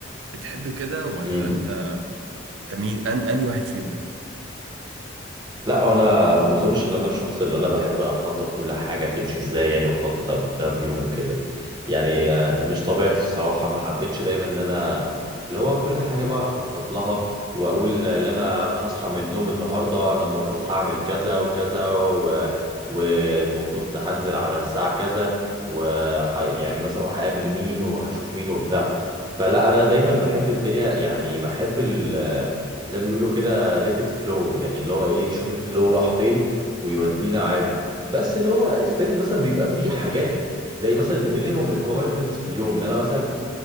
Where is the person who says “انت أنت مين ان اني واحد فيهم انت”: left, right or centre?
Right